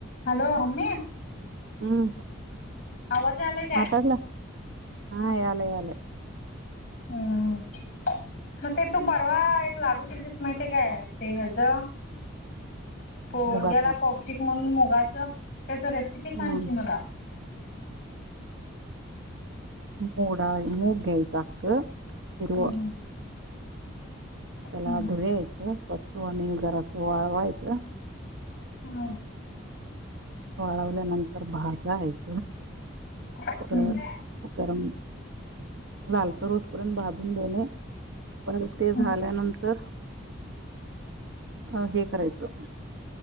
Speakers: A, on the left; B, on the right.
A: Hello म्ममे! !
B: हम्म!
A: आवाज आलाय काय?
B: माताडला हा! यालंय! यालंय!
A: ह हा! <inaudible> <unintelligible> मग ते तू परवा एक लाडू दिल तीस माहिती काय? आहे ते ह्याचं? पोरग्याला
B: मुगाच
A: पौष्टिक म्हणून, मुगाच! त्याच रेसिपी सांग
B: हम्म
A: की मला!
B: मोड! मोगऐद हक इर
A: हम्म
B: तेला
A: हम्म
B: धुरयत स्वछ! व आणि गरात वाळवायत!
A: हम! !
B: वाळवल्या नंतर भाजायच
A: हम्म
B: उकारर म्हज गरम लालचा रोजपर्यंत भाधून देणे, परत ते
A: हम्म
B: झाल्यानंतर अ हे करायचं